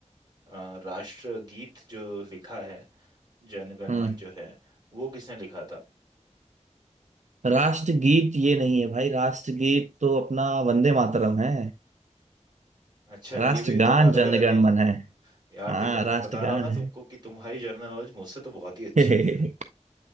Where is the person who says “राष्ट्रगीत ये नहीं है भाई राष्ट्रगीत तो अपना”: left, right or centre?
Right